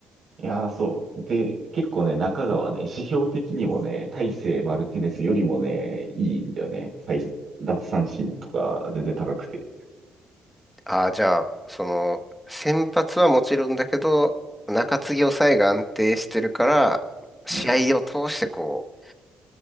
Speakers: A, on the right (about 55°); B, in the centre.
A: う。いやー、そう。で、結構ね、中川ね、指標的にもね、大勢マルティネスよりもね、いいんだよね。最奪三振とか全然高くて。
B: あー、じゃあ、その、先発はもちろんだけど、中継ぎ抑えが安定してるから、試合を通してこう、
A: うん。